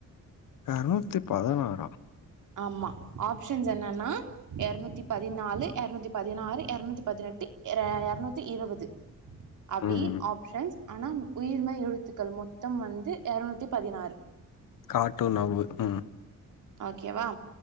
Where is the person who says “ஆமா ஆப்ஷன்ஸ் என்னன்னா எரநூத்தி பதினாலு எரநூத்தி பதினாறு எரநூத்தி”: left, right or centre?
Right